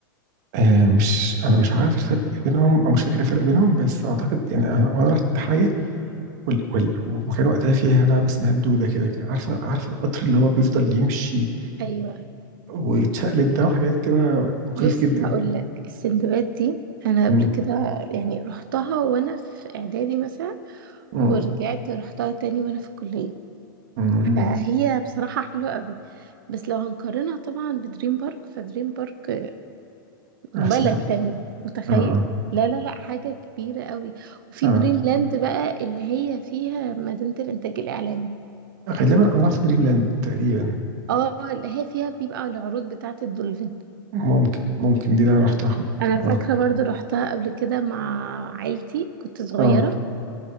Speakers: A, on the right (about 50°); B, on the right (about 70°).
A: آه مش انا مش عارف الفرق بينهم او مش فاكر الفرق بينهم بس اعتقد يعني انا وانا رحت حاجه وال... وال... وكان وقتها فيها لعبة اسمها الدودة كده كان عارفة عارفة القطر اللي هو بيفضل يمشي
B: ايوه
A: ويتشقلب ده وحاجات كده مخيف
B: بص
A: جدا
B: هقول لك السندباد دي انا قبل
A: مم.
B: كده يعني رحتها وانا في اعدادي مثلا
A: مم.
B: ورجعت رحتها تاني وانا في الكليه
A: مم.
B: فهي بصراحه حلوه قوي بس لو هنقارنها طبعا بدريم بارك فدريم بارك بلد
A: أحسن طبعا
B: تانية متخيل
A: آه آه
B: لا لا لا حاجه كبيره قوي وفي
A: آه
B: دريم لاند بقى اللي هي فيها مدينه الانتاج الاعلامي
A: غالبا أنا رحت دريم لاند تقريبا
B: اه اللي هي فيها بيبقى العروض بتاعه الدولفين
A: ممكن ممكن دي اللي أنا رحتها
B: انا
A: آه
B: فاكره برضو رحتها قبل كده مع عيلتي كنت صغيره
A: آه